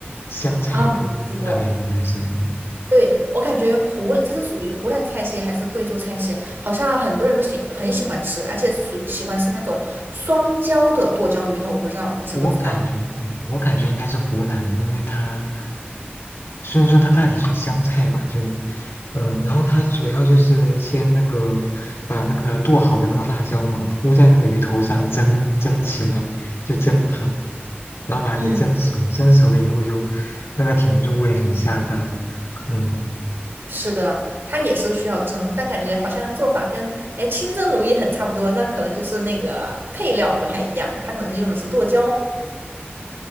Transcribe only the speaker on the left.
湘菜湖南那边的应该是，
嗯，
我感觉，嗯，我感觉应该是湖南的，因为它虽然说它大体是湘菜吧，就，嗯、然后它主要就是先那个把那个剁好的那个辣椒嘛铺在那个鱼头上蒸蒸起来，就蒸它，然后把它给蒸熟，
蒸熟了以后就那个挺入味，很下饭，嗯。